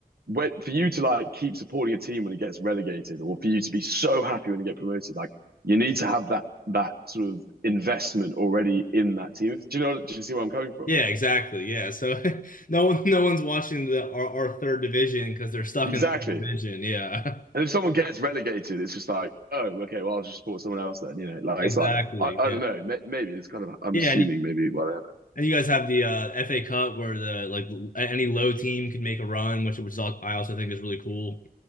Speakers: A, on the right; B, on the left.
A: when, for you to like keep supporting a team when it gets relegated or for you to be so happy when you get promoted, like you need to have that that sort of investment already in that team. Do you know? Do you see where I'm coming from?
B: Yeah, exactly. Yeah, so <laughs> no one no one's watching the our, our third division because they're stuck
A: Exactly.
B: in the third division. Yeah,
A: And if someone gets relegated, it's just like, oh, okay, well, I'll just support someone else then. You know, like
B: <laughs> exactly.
A: it's like I, I
B: Yeah,
A: don't know. maybe it's kind of I'm
B: yeah,
A: assuming
B: and you,
A: maybe whatever.
B: and you guys have the uh, FA Cup where the like l- any low team could make a run, which which is all, I also think is really cool.